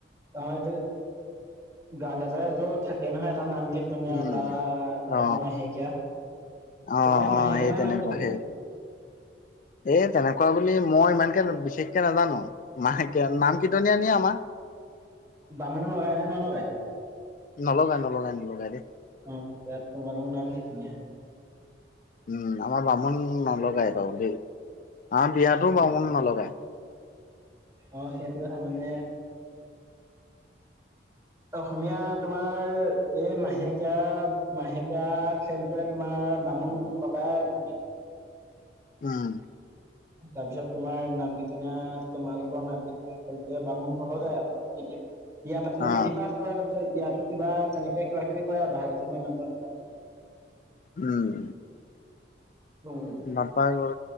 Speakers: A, on the right (about 15°); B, on the left (about 45°).
A: <unintelligible> এটো থাকে নহয় এটা নামঘিত কনীয়া
B: উম
A: এটা
B: অ
A: এটা মাহেকীয়া তোমালোক
B: অ
A: মাহেকীয়া
B: অ সেই
A: নে
B: তেনেকুৱা
A: নাম কীৰ্তনীয়া
B: সেই এ তেনেক- কোৱা বুলি মই ইমানকে বিশেষকে নাজানো মাহে নাম কীৰ্তনিয়া আমাৰ।
A: বামুণ লগাই নে নলগায়?
B: নলগা নলগাই নলগাই দে।
A: অ তাত তোমালু নাম কেতিনিয়া?
B: উম আমাৰ বামুণ নলগাই বাৰু দেই। আমাৰ বিয়াতো
A: অ
B: বামুণ
A: অ
B: নলগায়।
A: অ সেইটো কথা মানে অসমীয়া তোমাৰ এই মাহেকীয়া - মাহেকীয়া খেলটোৱে তোমাৰ অ' বামুণ লগাই মানে
B: উম।
A: তাৰ পিছত তোমাৰ নাম কিতিনীয়াত তোমালোকৰ নাম কিতিনীয়া খেলটোৱে বামুণ নলগাই আও। ইয়াত আপোনাৰ
B: অ
A: বিদি পাঠ হয়। ইয়াতো কিবা তেনেকে কিবা কিবি কয় ভাগ যে মই ইমান জন পা
B: উম।
A: উম
B: নাপা গৰ